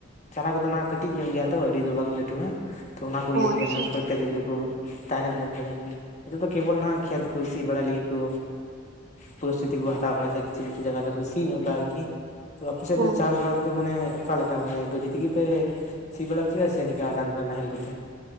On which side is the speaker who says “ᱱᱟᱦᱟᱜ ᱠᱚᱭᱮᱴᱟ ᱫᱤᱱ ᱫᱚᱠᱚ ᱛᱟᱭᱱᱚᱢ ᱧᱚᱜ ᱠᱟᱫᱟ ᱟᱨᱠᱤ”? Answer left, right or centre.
Left